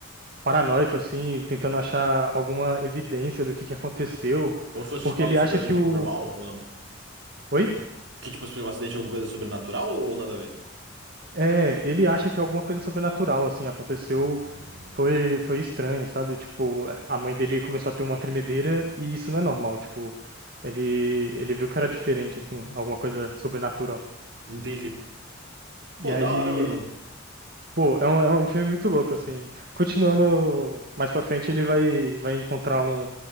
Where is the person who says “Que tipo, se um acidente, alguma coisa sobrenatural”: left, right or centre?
Right